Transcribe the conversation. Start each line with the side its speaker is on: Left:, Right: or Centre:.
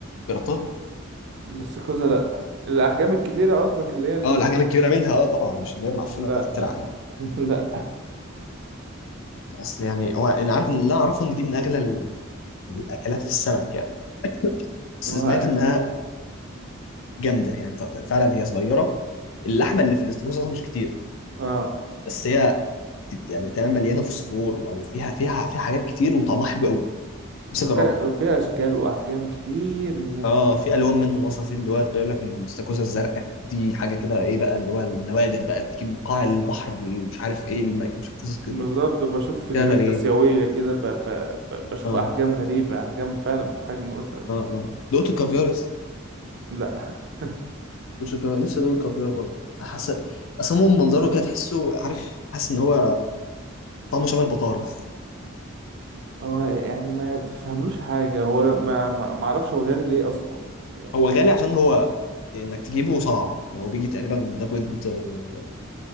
Left: جربتها
Right: الاستاكوزا لا الاحجام الكبيره قصدك اللي هي اللي...
Left: اه الحاجات الكبيره منها اه طبعا مش اللي هي المعفنه
Right: لا
Left: بتاعت الترعه
Right: لا
Left: يعني
Right: <laughs> لا
Left: بس يعني هو انا عارف ان اللي أنا اعرفه ان دي من اغلى ال- الاكلات في السمك يعني <laughs> بس
Right: هو-
Left: سمعت انها جامده يعني ط- فعلا هي صغيره اللحمه اللي في الاستاكوزا اصلا مش كتير
Right: اه
Left: بس هي يعني تمام مليانه فوسفور او فيها فيها فيها حاجات كتير وطعمها حلو قوي بس اجربها
Right: فيها فيها اشكال واحجام كتير منها
Left: اه في الوان منهم اصلا في اللي هو بيقول لك الاستاكوزا الزرقاء دي حاجه كده ايه بقى اللي هو النوادر بقى بتيجي من قاع البحر اللي مش عارف ايه الم... مش عارف قصص كده
Right: بالظبط بشوف فيديوهات
Left: كده غريب
Right: اسيويه كده ب... ب... ب... بشوف
Left: اه
Right: احجام غريبه احجام فعلا بحجم مثلا
Left: اه اه دوت الكافيار يا اسطى
Right: لا <laughs>
Left: دوت الكافيار نفسي ادوق الكافيار برضه حاسس اصلا هو من منظره كده تحسه عارف حاسس ان هو طعمه شبه البطارخ
Right: هو يعني ما تفهملوش حاجة هو ما ما ما اعرفش هو غالي ليه اصلا يعني
Left: هو غالي عشان هو انك تجيبه صعب هو بيجي تقريبا ده بيض آه،